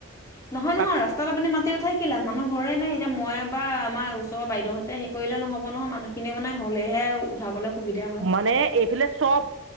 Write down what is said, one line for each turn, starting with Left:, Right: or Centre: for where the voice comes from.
Left: নহয়, নহয়
Right: তাত
Left: ৰাস্তাত আপুনি মাতি উঠাই শিকিলা মানুহ ঘৰেই নাই এয়া মই বা আমাৰ ওচৰ বাইদেউহঁতে হে কৰিলে নহব নহয় মানুহখিনিয়ে মানে হলে হে উঠাবলৈ সুবিধা হয়
Right: মানে এইফালে চব